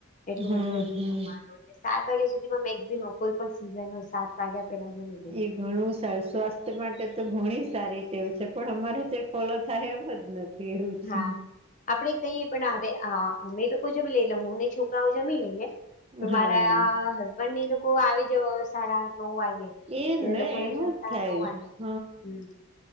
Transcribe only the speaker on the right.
હમ
હમ
એ ઘણું સારું સ્વાસ્થ માટે તો ઘણી સારી ટેવ છે પણ અમારે તે ફોલો થાય એમ જ નથી. એવું છે
હા
એ
ને
એમ
જ થાય
હ.